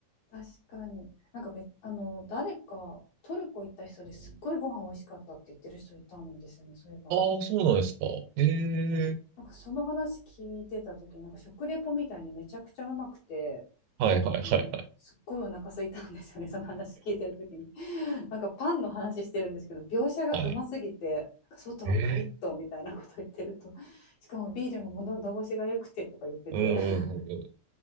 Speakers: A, on the left; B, on the right.
A: 確かに。なんかべ、あの、誰か、トルコ行った人ですっごいご飯美味しかったって言ってる人いたんですよね、そういえば。
B: ああ、そうなんですか。ええ
A: なんかその話聞いてた時になんか食レポみたいにめちゃくちゃうまくて
B: はいはいはいはい。
A: あのすっごいお腹空いたんですよねその話聞いてる時に <laughs> なんかパンの話してるんですけど描写がうますぎてなんか外はカリッとみたいなこと言ってると
B: <laughs> はい。ええ
A: <laughs> しかもビールも喉越しが良くてとか言ってて
B: うんうんうんうん。
A: <laughs>